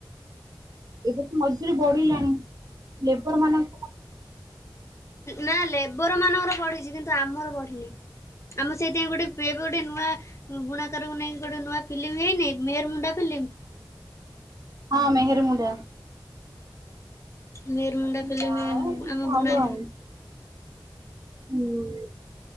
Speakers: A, on the right (about 50°); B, on the left (about 35°).
A: ଏବେ ତ ମଝିରେ ବଢିଲାଣି ଲେବର ମାନେ
B: ନା ଲେବର ମାନଙ୍କର ପଢିଛି କିନ୍ତୁ ଆମର ପଢିନି। ଆମର ସେଇଥିପାଇଁ ଗୋଟେ ପିଏଫ ଗୋଟେ ନୂଆ ବୁଣାକାରଙ୍କୁ ନେଇକି ଗୋଟେ ନୂଆ ଫିଲ୍ମ ହେଇନି ମେହେର ମୁଣ୍ଡା ଫିଲ୍ମ?
A: ହଁ ମେହେରୁମୁଣ୍ଡା।
B: ନିର୍ ମୁୁଣ୍ଡା ଫିଲ୍ମ୍
A: ଯାଉ କିସ
B: ଆମ
A: ହବ
B: ବୁଣା
A: ଆଉ ହୁଁ।